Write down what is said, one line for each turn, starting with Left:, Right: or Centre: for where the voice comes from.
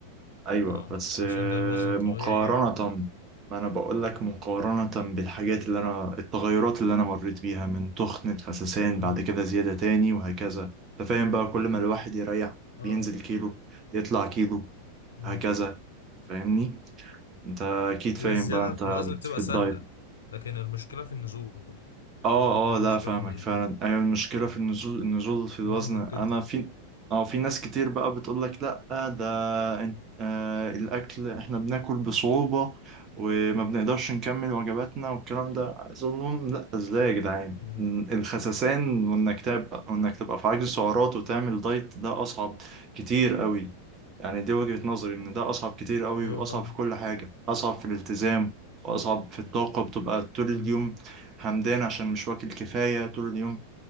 Right: ايوه
Left: اه
Right: بس
Left: عشان
Right: آه،
Left: ده الوزن الطبيعي
Right: مقارنة
Left: يعني
Right: ما انا بقول لك مقارنة بالحاجات اللي انا التغيرات اللي انا مريت بيها من تخن الخسسان
Left: اه
Right: بعد كده زيادة تاني وهكذا انت فاهم بقى كل ما الواحد يريح
Left: اه
Right: بينزل كيلو يطلع كيلو
Left: مم.
Right: هكذا فاهمني انت اكيد فاهم
Left: هي الزيادة
Right: بقى انت
Left: في الوزن بتبقى
Right: في الدايت
Left: سهلة لكن المشكلة في النزول
Right: اه
Left: هي فعلا
Right: اه لا
Left: المشكلة
Right: فاهمك
Left: في النزول
Right: فعلا ايوه المشكله في النزول النزول في الوزن
Left: مرهق جدا
Right: انا في اه في ناس كتير بقى بتقول لك لا ده انت آه الاكل احنا بناكل بصعوبه وما بنقدرش نكمل وجباتنا والكلام ده عايز اقول لهم لا ازاي يا جدعان
Left: مم.
Right: ال- الخسسان وانك تبقى وانك تبقى في عجز سعرات وتعمل دايت ده اصعب كتير قوي يعني دي وجهة نظري ان ده اصعب كتير قوي
Left: ايوه
Right: واصعب
Left: طبعا
Right: في كل حاجة اصعب في الالتزام واصعب في الطاقة بتبقى طول
Left: اه
Right: اليوم همدان عشان مش واكل كفاية طول اليوم